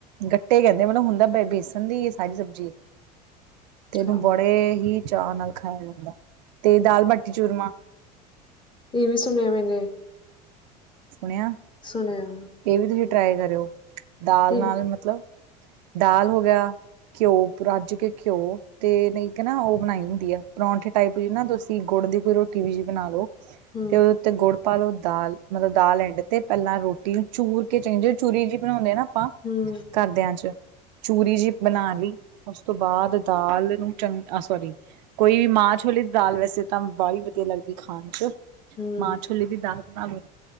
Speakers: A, on the right; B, on the left.
A: ਗੱਟੇ ਕੈਂਦੇ ਮਲਬ ਹੁੰਦੈ ਬ ਬੇਸਣ ਦੀ ਏ ਸਾਰੀ ਸਬਜੀ,
B: ਅੱਛਾ
A: ਤੇ ਉਨੂੰ ਬੜੇ ਹੀ ਚਾਅ ਨਾਲ ਖਾਇਆ ਜਾਂਦਾ, ਤੇ ਦਾਲ- ਬਾਟੀ- ਚੂਰਮਾ
B: ਏ ਵੀ ਸੁਣਿਐ ਮੈਨੇ।
A: ਸੁਣੇਆ?
B: ਸੁਣੇਆ।
A: ਏ ਵੀ ਤੁਹੀ ਟਰਾਈ ਕਰਿਓ, ਦਾਲ
B: ਕੀ
A: ਨਾਲ ਮਤਲਬ ਦਾਲ ਹੋ ਗਿਆ। ਘਿਓ ਪੂ ਰੱਜ ਕੇ, ਘਿਓ। ਤੇ ਨਈਂ ਤੇ ਨਾ, ਓ ਬਣਾਈ ਹੁੰਦੀ ਆ। ਪਰੌਂਠੇ ਟਾਈਪ ਦੀ ਨਾ, ਤੁਸੀ ਗੁੜ ਦੀ ਕੋਈ ਰੋਟੀ ਵਿੱਚ ਬਣਾ ਲੋ।
B: ਹੂੰ
A: 'ਤੇ ਓਤਤੇ ਗੁੜ ਪਾ ਲੋ ਦਾਲ, ਮਤਲਬ ਦਾਲ ਐਂਡ ਤੇ, ਪੈਲਾਂ ਰੋਟ ਤੇ ਚੂਰ ਕੇ ਚੰਗੀ ਚੂਰੀ ਜਈ ਬਣਾਨੇ ਨਾ ਆਪਾਂ,
B: ਹੂੰ
A: ਘਰਦਿਆਂ 'ਚ। ਚੂਰੀ ਜੀ ਬਣਾ ਲੀ, ਓਸ ਤੋ ਬਾਅਦ ਦਾਲ ਨੂੰ ਚੰਗ, ਅ ਸੋਰੀ ਕੋਈ ਵੀ ਮਾਂਹ- ਛੋਲੇ ਦੀ ਦਾਲ, ਵੈਸੇ ਤਾਂ ਬਾਲੀ ਵਦੀਆ ਲੱਗਦੀ ਖਾਨ 'ਚ।
B: ਹੂੰ
A: ਮਾਂ ਛੋਲੇ ਦੀ ਦਾਲ ਬਣਾ ਲੋ